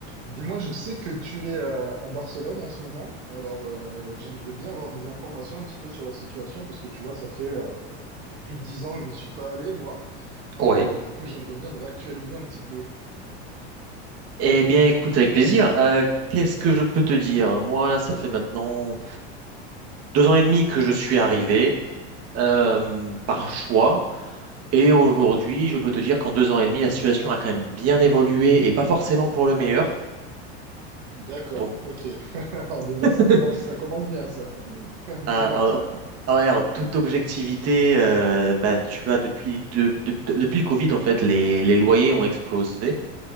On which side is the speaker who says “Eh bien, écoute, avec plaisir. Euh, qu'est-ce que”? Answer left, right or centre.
Right